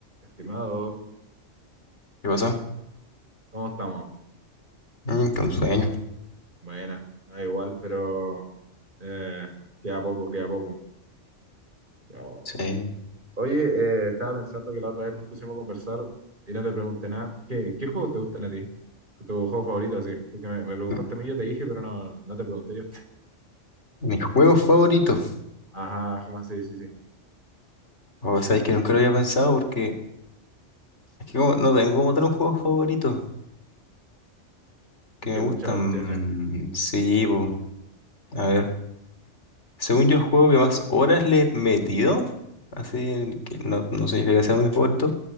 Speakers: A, on the right; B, on the left.
A: Estimado,
B: ¿Qué pasó?
A: ¿cómo estamos?
B: Mm, que un sueño.
A: Buena, da igual, pero eh, queda poco, queda poco. Oh.
B: Sí.
A: Oye, eh, estaba pensando que la otra vez nos pusimos a conversar y no te pregunté nada. ¿Qué, qué juegos te gustan a ti? ¿Tu juego favorito así? Porque me, me preguntaste
B: M-
A: a mí, yo te dije, pero no, no te pregunté yo.
B: Mis juegos favoritos.
A: Ajá, ajá, sí, sí, sí.
B: O sabéis que nunca lo había pensado porque es que como- no tengo como tal un juego favorito que
A: Es que
B: me
A: hay
B: gustan.
A: muchas opciones.
B: Mm, sí, po. A ver. Según yo, el juego que más horas le he metido, así en que no, no significa que sea mi favorito,